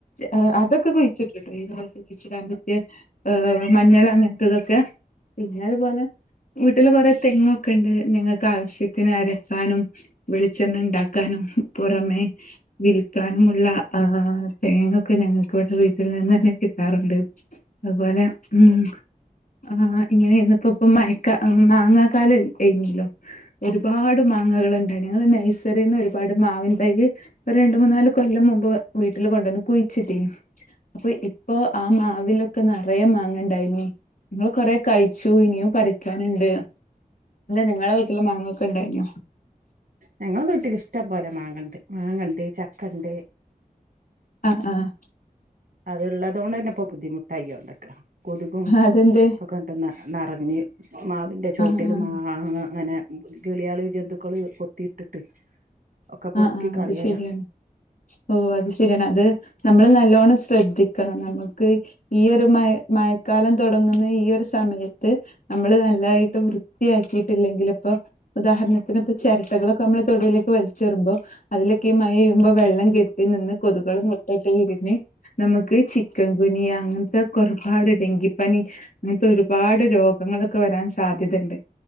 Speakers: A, on the left; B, on the right.
A: ഏഹ് അതൊക്കെ കുഴിച്ചിട്ടിട്ട്. ഈ കാലത്ത് കുയിച്ചിടാൻ പറ്റിയെ ഏഹ് മഞ്ഞൾ അങ്ങനത്തതൊക്കെ പിന്നെ അതുപോലെ വീട്ടില് കുറെ തെങ്ങൊക്കെ ഇണ്ട് ഞങ്ങക്ക് ആവശ്യ ത്തിരി അരക്കാനും, വെളിച്ചെണ്ണ ഇണ്ടാക്കാനും പുറമെ വിൽക്കാനുമുള്ള ആഹ് തേങ്ങൊക്കെ ഞങ്ങൾക്കിവിടെ വീട്ടിൽ നിന്ന് തന്നെ കിട്ടാറുണ്ട്. അതുപോലെ ഉം ആഹ് ഇങ്ങനെ ഇന്ന് ഇപ്പോ പ്പോ മയക്ക മാങ്ങാക്കാല ഏയിഞ്ഞല്ലോ. ഒരുപാട് മാങ്ങകളുണ്ടായി ഞങ്ങള് നേഴ്സ്സറിന്ന് ഒരുപാട് മാവിൻ തയ്യ് ഒരു രണ്ട് മൂന്നാല് കൊല്ലം മുമ്പ് വീട്ടില് കൊണ്ടന്ന് കുഴിച്ചിട്ടീന്. അപ്പൊ ഇപ്പൊ ആ മാവിലൊക്കെ നെറയെ മാങ്ങണ്ടായിനി. ങ്ങൾ കൊറെ കഴിച്ചു ഇനിയും പറിക്കാനിണ്ട് നിങ്ങളെ വീട്ടില് മാങ്ങ ക്കിണ്ടായിഞ്ഞോ?
B: ഞങ്ങളെ വീട്ടില് ഇഷ്ടം പോലെ മാങ്ങിണ്ട് മാങ്ങിണ്ട് ചക്കിണ്ട്.
A: ആഹ് ആഹ്.
B: അത് ഇള്ളതോണ്ട് അന്നെ ഇപ്പൊ ബുദ്ധിമുട്ട് ആയോണ്ടിക്ക. കൊതുകും
A: അതെന്തേ
B: ഒക്കെട്ട് നെറഞ്ഞ് മാവിൻ്റെ ചോട്ടിൽ
A: ആഹ് ആഹ്
B: മാ ഇങ്ങനെ കിളിയാള് ജന്തുക്കള് കൊത്തിയിട്ടിട്ട് ഒക്കെ പൊർക്കി
A: ആഹ് ആഹ്
B: കളയല.
A: അത് ശരിയാണ് ഓ അത് ശരിയാണ് അത് നമ്മള് നല്ലോണം സ്‌ ശ്രദ്ധിക്കണം നമുക്ക് ഈ ഒരു മഴ് മഴത്ത് ക്കാലം തുടങ്ങുന്ന ഈ ഒരു സമയത്ത് നമ്മള് നല്ലതായിട്ട് വൃ ത്തിയാക്കിയിട്ടില്ലെങ്കിലിപ്പോ ഉദാഹരണത്തിന് ഇപ്പ ചെരട്ടകളൊക്കെ നമ്മള് തൊടീലേക്ക് വലിച് ചെറുമ്പോ അതിലൊക്കെ ഈ മഴെയ്യുമ്പോ വെള്ളം കെട്ടി നിന്ന് കൊതുകള് മുട്ടിട്ട് വിരിഞ്ഞ് നമ്മക്ക് ചിക്കൻ കുനിയ അങ്ങൻത്തെ ക്കൊറുപാട് ഡെങ്കിപ്പനി അങ്ങനത്തെ ഒരുപാട് രോഗങ്ങളൊക്കെ വരാൻ സാധ്യത ഇണ്ട്.